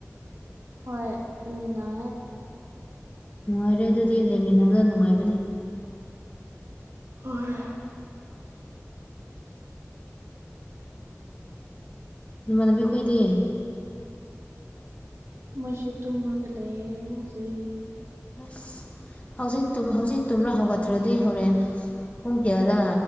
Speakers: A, on the right; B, on the left.
A: ꯍꯣꯏ ꯂꯩꯃꯤꯟꯅꯥ
B: ꯅꯨꯡꯉꯥꯏꯔꯦ ꯑꯗꯨꯗꯤ ꯂꯩꯃꯤꯟꯅꯕꯗ ꯅꯨꯡꯉꯥꯏꯕꯅꯤ
A: ꯍ‌ꯣꯏ
B: ꯅꯃꯥꯟꯅꯕꯤ ꯈꯣꯏꯗꯤ
A: ꯃ‌ꯣꯏꯁꯨ ꯇꯨꯝꯔꯒ ꯂꯩꯌꯦ ꯍꯧꯖꯤꯛ
B: ꯑꯁ ꯍꯧꯖꯤꯛ ꯇꯨꯝ ꯍꯧꯖꯤꯛ ꯇꯨꯝꯔ ꯍꯧꯒꯠꯇ꯭ꯔꯗꯤ ꯍꯧꯔꯦꯟ ꯄꯨꯡ ꯀꯌꯥꯗ